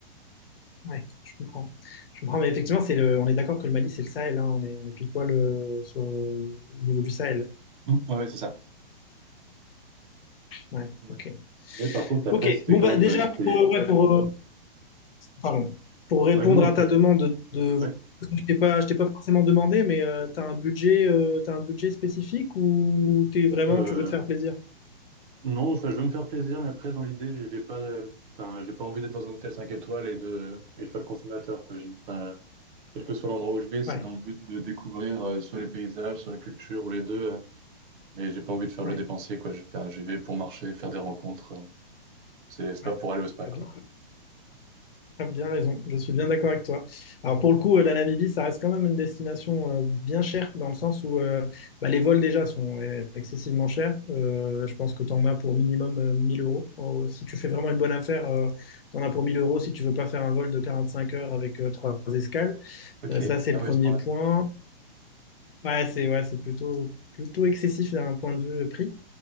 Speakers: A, on the left; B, on the right.
A: Ouais, je comprends. Je comprends, mais effectivement, c'est le, on est d'accord que le Mali, c'est le Sahel, hein, on est, on est pile poil euh, sur, au niveau du Sahel.
B: Mm. Ouais, c'est ça.
A: Ouais,
B: Ouais.
A: ok.
B: Mais par contre, après,
A: Ok,
B: c'était
A: bon,
B: quand
A: bah,
B: même.
A: déjà,
B: euh, C'était...
A: pour, euh, ouais, pour, euh, pardon, pour répondre
B: Ouais, non, après,
A: à ta demande
B: je...
A: de.
B: ouais.
A: Je t'ai pas, je t'ai pas forcément demandé, mais euh, t'as un budget, euh, t'as un budget spécifique ou t'es vraiment,
B: Euh,
A: tu veux te faire plaisir?
B: non, enfin, je veux me faire plaisir, mais après, dans l'idée, je vais pas. euh, Enfin, j'ai pas envie d'être dans un hôtel 5 étoiles et de, et de faire le consommateur, quoi. J'ai- Enfin, quel que soit l'endroit où je vais, c'est
A: Ouais,
B: dans le but de découvrir euh, soit les paysages, soit la culture, ou les deux. euh, mais j'ai pas envie de faire
A: ouais,
B: le dépensier, quoi. Je vais faire- j'y vais pour marcher, faire des rencontres. euh. c'est c'est pas
A: ouais.
B: pour aller au spa,
A: T'as
B: quoi.
A: bien. T'as bien raison, je suis bien d'accord avec toi. Alors pour le coup, euh, la Namibie, ça reste quand même une destination euh, bien chère dans le sens où euh, bah, les vols déjà sont euh, excessivement chers. Euh, je pense que tu en as pour minimum euh, 1000 euros. Oh, si tu fais vraiment une bonne affaire, tu en as pour 1000 euros si tu veux pas faire un vol de 45 heures avec euh, trois escales.
B: Ok,
A: Euh, ça, c'est
B: ah
A: le premier
B: ouais, à ce point-là.
A: point. Ouais, c'est ouais, c'est plutôt plutôt excessif d'un point de vue euh, prix.